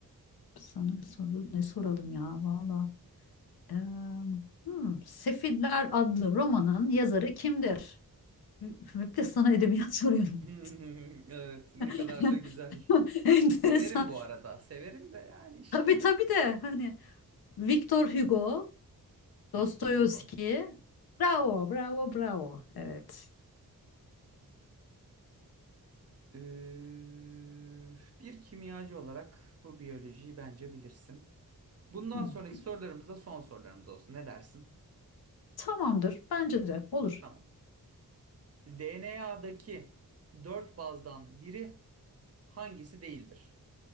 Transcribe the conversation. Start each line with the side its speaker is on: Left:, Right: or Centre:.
Left: sana soru ne soralım ya valla. Em, hmm, Sefiller adlı romanın yazarı kimdir? Hep de sana edebiyat soruyorum.
Right: <laughs> Evet, ne kadar
Left: <laughs>
Right: da güzel.
Left: Enteresan.
Right: Severim bu arada. Severim de yani işte.
Left: Tabii tabii de hani Victor Hugo,
Right: Victor
Left: Dostoyevski.
Right: Hugo.
Left: Bravo, bravo, bravo. Evet.
Right: Ee, bir kimyacı olarak bu biyolojiyi bence bilirsin. Bundan
Left: Hmm,
Right: sonraki sorularımız da son sorularımız olsun. Ne dersin?
Left: Tamamdır. Bence de olur.
Right: Tamam. DNA'daki dört bazdan biri hangisi değildir?